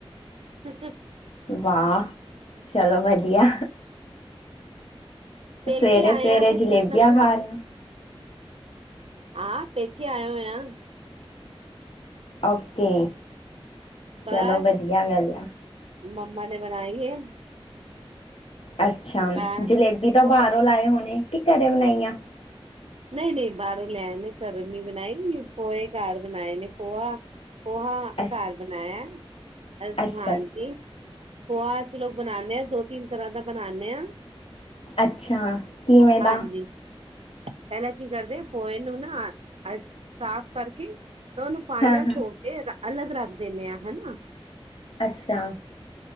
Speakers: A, on the right; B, on the left.
A: ਹ <inaudible>
B: ਵਾਹ! ਚਲੋ ਵਧੀ ਵਧੀਆ।
A: ਪੇਕੇ
B: ਸਵੇਰੇ
A: ਆਏ
B: ਸਵੇਰੇ
A: ਆ ਤੇ
B: ਜਲੇਬੀਆਂ
A: ਕੁਛ ਨਾ ਕੁਛ
B: ਖਾ ਰਿਹੇ ਓ
A: ਹਾਂ ਪੇਕੇ ਆਓ ਆ।
B: ਓਕੇ।
A: ਬਸ
B: ਚਲੋ ਵਧੀਆ ਗੱਲ ਆ
A: ਮੰਮਾ ਨੇ ਬਣਾਈ ਹੈ। <unintelligible>
B: ਅੱਛਾ
A: ਮੈਂ
B: ਜਲੇਬੀ ਤੋਂ ਬਾਹਰੋਂ
A: ਔਰ
B: ਲਾਏ ਹੋਣੇ ਕੀ ਘਰੇ ਬਣਾਈ ਆ।
A: ਨਹੀਂ ਨਹੀਂ ਬਾਹਰੋਂ ਲੈਣੇ ਕਰਨ ਨੀ ਬਣਾਈਗੀ ਪੋਹੇ ਘਰ ਬਣਾਏ ਨੇ ਪੋਆ। ਪੋਹਾ ਘਰ
B: ਅੱਛ
A: ਬਣਾਇਆ। ਅ
B: ਅੱਛਾ
A: ਹਾਂਜੀ ਪੋਹਾ ਅਸੀਂ ਲੋਕ ਬਣਾਉਦੇ ਹਾਂ। ਦੋ ਤਿੰਨ ਤਰ੍ਹਾਂ ਦਾ ਬਣਾਦੇ ਹੈ
B: ਅੱਛਾ ਕਿਵੇਂ ਦਾ
A: ਹਾਂਜੀ। ਪਹਿਲਾਂ ਕੀ ਕਰਦੇ ਆ ਪੋਹੇ ਨੂੰ ਨਾ ਅ ਸਾਫ਼ ਕਰਕੇ ਤਾਂ ਉਹਨੂੰ ਫਾਈਨਲ
B: ਹਾਂ ਹਾਂ
A: ਸ ਕੇ। ਅਲੱਗ ਰੱਖ ਦਿੰਦੇ ਹਾਂ ਹਨਾ।
B: ਅੱਛਾ।